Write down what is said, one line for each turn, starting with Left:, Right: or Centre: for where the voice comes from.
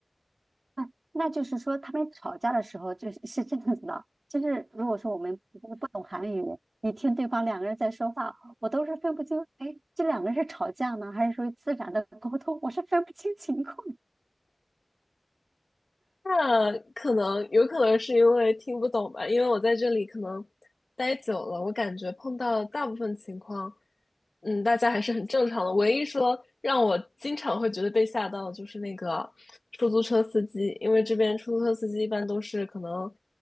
Right: 啊，那就是说他们吵架的时候就是是这样子的，就是如果说我们不不懂韩语，你听对方两个人在说话，我都是分不清，哎，这两个人是吵架呢，还是属于自然的沟通，我是分不清情况
Left: 那可能有可能是因为听不懂吧，因为我在这里可能待久了，我感觉碰到的大部分情况，嗯，大家还是很正常的。唯一说让我经常会觉得被吓到，的，就是那个出租车司机，因为这边出租车司机一般都是可能